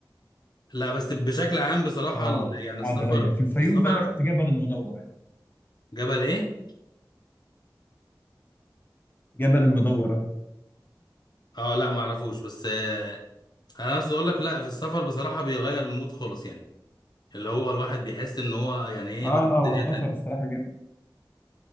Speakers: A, on the left; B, on the left.
A: لا بس بشكل عام بصراحة
B: اه
A: ال- يعني السفر
B: قاعده رايقه في الفيوم
A: السفر
B: بقى رحت جبل المدورة يعني
A: جبل ايه
B: جبل المدورة
A: اه لا ما اعرفوش بس آه انا عايز اقول لك لا في السفر بصراحة بيغير المود خالص يعني اللي هو الواحد بيحس ان هو يعني ايه
B: اه
A: بقى الدنيا
B: لا هو السفر
A: تانية
B: الصراحه جميل